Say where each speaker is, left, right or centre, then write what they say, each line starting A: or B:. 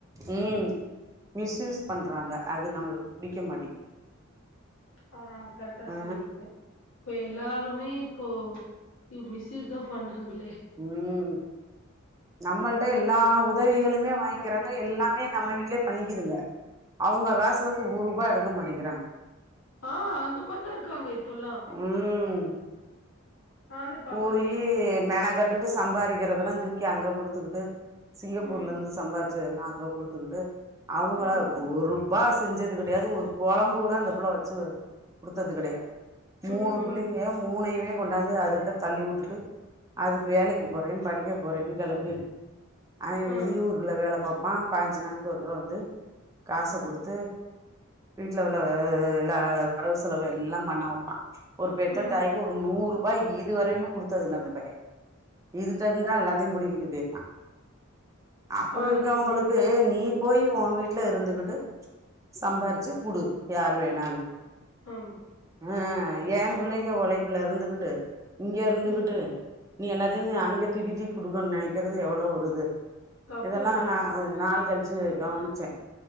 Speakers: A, on the right; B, on the left.
A: உம் மிஸ்யூஸ் பண்றாங்க அது நம்மளுக்கு பிடிக்க மாட்டிங்
B: ஆ கரெக்டா
A: ஆ
B: சொன்னீங்க இப்போ எல்லாருமே இப்போ இவ் மிஸ்யூஸ் தா பன்றிங்களே
A: உம் நம்மள்ட எல்லா உதவிகளுமே வாங்கிக்கிறாங்க எல்லாமே நம்ம வீட்லயே பண்ணிக்குதுங்க அவுங்க காசுல இருந்து ஒரு ரூபா எடுக்க மாட்டிங்கிறாங்க
B: ஆ அந்த மாரிதா இருக்காங்க இப்பல்லாம்
A: ம்
B: நானே பாக்குறே
A: போயி மென கட்டுட்டு சம்பாதிக்கிறதெல்லாம் தூக்கி அங்க குடுத்துக்கிட்டு சிங்கப்பூர்ல
B: ம்
A: இருந்து சம்பாதிச்சத எல்லாம் அங்க குடுத்துக்கிட்டு அவங்கள
B: ம்
A: ஒருபா செஞ்சது கடயாது ஒரு குலம்பு கூட அந்த புள்ள வச்சு குடுத்தது கடையாது மூணு
B: ம் ம்
A: புள்ளிங்க மூணையுமே கொண்டாந்து அதுகிட்ட தள்ளி வுட்டுட்டு அது வேலைக்கு போறே படிக்க போறேன்னு கிளம்பியிரு அவே
B: ஆ
A: வெளி ஊர்ல வெல பாப்பா பாஞ்சு நாளைக்கு ஒரு தடவ வந்து காச குடுத்து வீட்டுல உள்ள எல்லா வரவு செலவு எல்லா பண்ண வைப்பா ஒரு பெத்த
B: ம்
A: தாய்கு ஒரு நூறு ரூபா இ இது வரையுமே கொடுத்தது இல்ல அந்த பைய இதுகிட்டருந்துதா எல்லாத்தயு புடிங்கிட்டு போயிருக்கா அப்டி
B: பாருங்க
A: இருக்கோங்கலுக்கு
B: நீங்க
A: நீ போய் ஒ வீட்டுல இருந்துகிட்டு சம்பாரிச்சு குடு யாரு வேனா னா
B: ஆமா
A: அ ஏ பிள்ளைங்க ஒலைப்புல இருந்துகிட்டு இங்க இருந்துகிட்டு
B: ம்
A: நீ எல்லாத்தையு அங்க தூக்கி தூக்கி கொடுக்கனு நனக்கிறது எவ்ளோ ஒரு இது
B: தப்பு
A: இதெல்லா
B: அது
A: நா கொஞ்சோ நாள் கலிச்சு கவனிச்ச